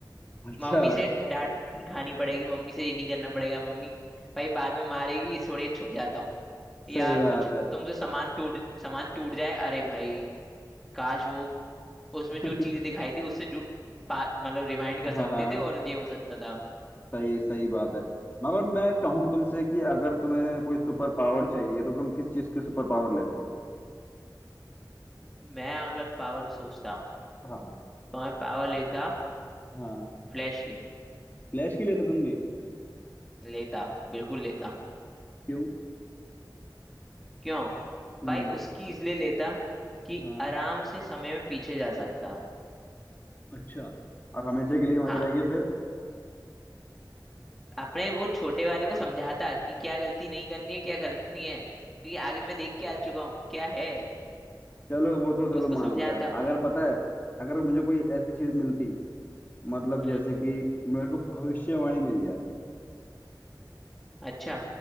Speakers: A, on the left; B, in the centre.
A: अच्छा
B: मम्मी से डांट नहीं खानी पड़ेगी मम्मी से ये नहीं करना पड़ेगा मम्मी भाई बाद में मारेगी इस बड़े छुप जाता हूँ या
A: सही बात
B: कुछ
A: है
B: तुमसे सामान टूट सामान टूट जाए अरे भाई काश वो
A: <laughs>
B: उसमें जो चीज दिखाई थी उससे जो पा- मतलब रिमाइंड कर
A: हाँ
B: सकते
A: हाँ
B: थे और ये हो सकता था
A: सही सही बात है मगर मैं कहूँ तुमसे कि अगर तुम्हें कोई सुपर पावर चाहिए तो तुम किस चीज की सुपर पावर लेते
B: मैं अगर पावर सोचता
A: हाँ
B: तो मैं पावर लेता
A: हाँ
B: फ्लैश की
A: फ्लैश की लेते तुम भी
B: लेता बिल्कुल लेता
A: क्यों
B: क्यों
A: हम्म
B: भाई उसकी इसलिए लेता कि
A: हाँ
B: आराम से समय में पीछे जा सकता
A: अच्छा और हमेशा के लिए वहीं
B: हाँ
A: रह गए फिर
B: अपने वो छोटे वाले को समझाता कि क्या गलती नहीं करनी है क्या करनी है कि आगे मैं देख के आ चुका हूँ क्या है
A: चलो वो तो चलो
B: उसको
A: मान
B: समझाता
A: लिया अगर पता है अगर मुझे कोई ऐसी चीज मिलती मतलब
B: हम्म
A: जैसे कि मेरे को भविष्यवाणी मिल जाए
B: अच्छा